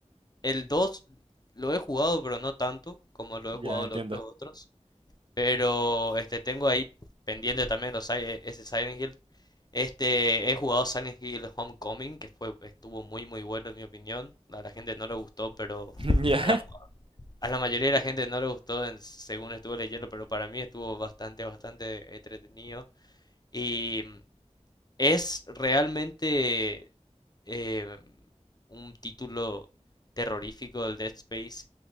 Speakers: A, on the left; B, on the right.
A: el dos lo he jugado, pero no tanto como lo
B: Ya
A: he jugado
B: entiendo.
A: los, los otros. Pero este tengo ahí pendiente también los, si- ese Silent Hill. Este, he jugado Silent Hill Homecoming, que fue, estuvo muy muy bueno en mi opinión. A la gente no le gustó, pero
B: <laughs> Ya.
A: a la, a la mayoría de la gente no le gustó en- según estuve leyendo, pero para mí estuvo bastante, bastante entretenido. Y mm, es realmente eh, un título terrorífico del Dead Space